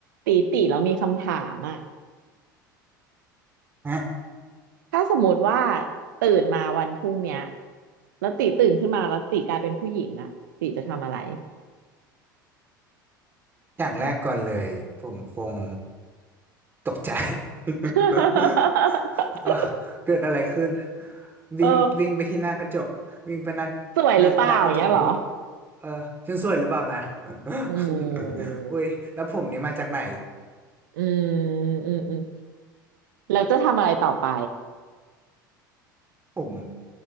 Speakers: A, on the right (about 65°); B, on the right (about 20°).
A: ตีตีแล้วมีคำถามอ่ะ
B: ฮะ
A: ถ้าสมมติว่าตื่นมาวันพรุ่งเนี้ย แล้วตีตื่นขึ้นมาแล้วตีกลายเป็นผู้หญิงอ่ะตีจะทำอะไร
B: อย่างแรกก่อนเลยผมคงตกใจ
A: <laughs>
B: <laughs> เอ้าเกิดอะไรขึ้นวิ่งวิ่งไปที่หน้ากระจกวิ่งไปหน้า
A: เออสวยหรือเปล่าอย่างเงี้ยเหรอ
B: หน้าหน้ากระจกแล้วแบบเออฉันสวยหรือเปล่านะ
A: อื
B: <laughs>
A: ม
B: อุ้ยแล้วผมนี่มาจากไหน
A: อืมอืมอืมแล้วจะทำอะไรต่อไป
B: ผม